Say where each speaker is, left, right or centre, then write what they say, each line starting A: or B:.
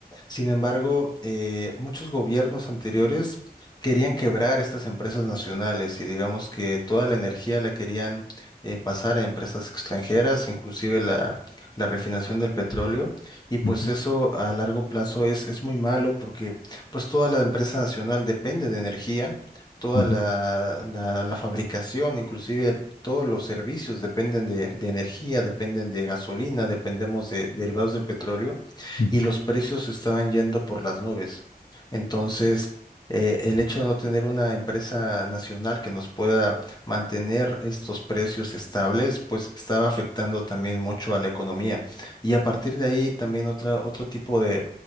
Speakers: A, on the left; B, on the left.
A: sin embargo, eh, muchos gobiernos anteriores querían quebrar estas empresas nacionales y digamos que toda la energía la querían eh, pasar a empresas extranjeras, inclusive la, la refinación del petróleo. Y pues
B: ujú,
A: eso a largo plazo es, es muy malo porque pues toda la empresa nacional depende de energía, toda
B: ujú,
A: la, la- la fabricación, inclusive... Todos los servicios dependen de, de energía, dependen de gasolina, dependemos de derivados del petróleo
B: ujú,
A: y los precios estaban yendo por las nubes. Entonces, eh, el hecho de no tener una empresa nacional que nos pueda mantener estos precios estables, pues estaba afectando también mucho a la economía. Y a partir de ahí también otra, otro tipo de,